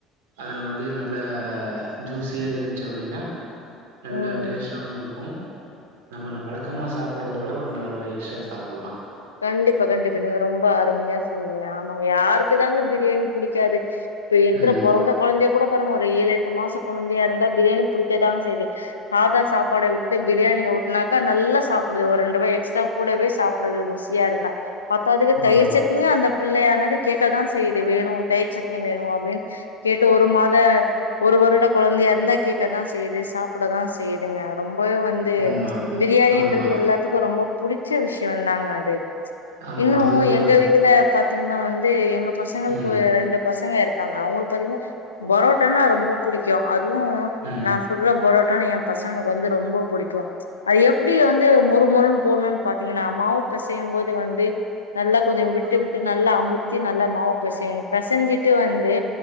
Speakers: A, on the right; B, on the left.
A: அதுல வந்து நல்ல ஜூஸியா இருந்ச்சு அப்டின்னா நல்ல
B: ம்
A: டேஸ்டாவு இருக்கூ நம்ம ந வழக்கமா சாப்புட்றத விட ஒரு நாலு வாய் எக்ஸ்ட்ரா சாப்புல்லா
B: கண்டிப்பா கண்டிப்பா நீங்க ரொம்ப அருமையா சொன்னீங்க ஆமாங்க யாருக்கு தாங்க பிரியாணி புடிக்காது இப்ப இருக்குற
A: ம்
B: பொறந்த கொழந்தையகூட பாருங்க ஒரு ஏழு எட்டு மாச கொழந்தையாருந்தா பிரியாணி புடிக்கதாங்க செய்து சாதா சாப்பாடவிட்டு பிரியாணிய ஊட்னாக்க நல்லா சாப்பிடுது ஒரு ரெண்டு வாய் எக்ஸ்ட்ரா கூடவே சாப்பிடுது ருசி யாருக்கா பத்தாதுக்கு
A: ம்
B: தயிர்சட்னியு அந்த பிள்ளையான கேட்க்கதா செய்து வேணு தயிர்சட்னி வேணு அப்டின்னு கேட்டு ஒரு மாத ஒரு வருட கொழந்தைய இருந்தா கேக்கதா செய்து சாப்டதா செய்யுதுங்க ரொம்பவே வந்து
A: ஆமா
B: பிரியாணியின்றது
A: ஆமா
B: எல்லாத்துக்கு ரொம்ப புடிச்ச விஷ்யந்தாங்க அது
A: ஆமா
B: இன்னு
A: அது ஒரு
B: எங்க வீட்ல பாத்தீங்ன்னா வந்து எங்க பசங்கள்க்கு
A: ம்
B: ரெண்டு பசங்க இருக்காங்க அவுங்களுக்கு பாத்தின்னா பரோட்டன்னா ரொம்ப புடிக்கு அதுவூ
A: ம்
B: நா சுட்ற பரோட்டானா எ பசங்களுக்கு வந்து ரொம்ப புடிக்கு அது எப்டி வந்து மொறுமொருனா போட்ணும்னு பார்த்தீங்கன்னா மாவு பெசையும்போது வந்து நல்லா கொஞ்சொ விட்டுவிட்டு
A: ம்
B: நல்லா அமுத்தி நல்லா மாவுபெசயுனு பெசஞ்சிட்டு வந்து